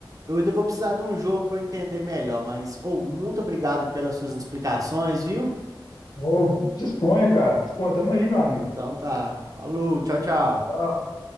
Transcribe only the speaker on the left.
Ô, disponha, cara. Disponha. Tamo aí, meu amigo.
Tá,